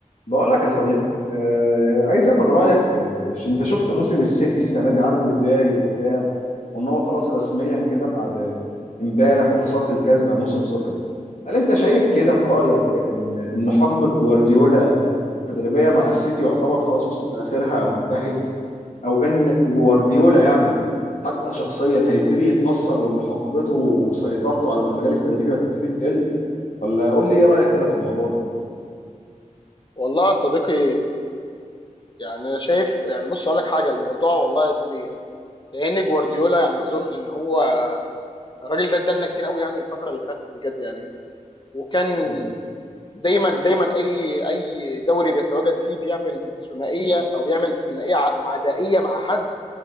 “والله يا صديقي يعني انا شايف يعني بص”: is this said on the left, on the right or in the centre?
Left